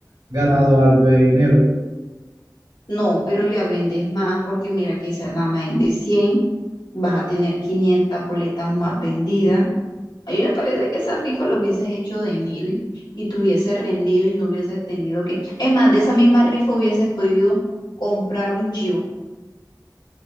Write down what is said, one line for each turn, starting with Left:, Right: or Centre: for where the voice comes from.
Right: ganado algo de dinero.
Left: No, pero ya vendes más porque mira que esa nada más es de cien vas a tener 500 boletas más vendidas. A mí me parece que esa rifa lo hubieses hecho de mil y te hubieses rendido y no hubieses tenido que... Es más, de esa misma rifa hubieses podido comprar un chivo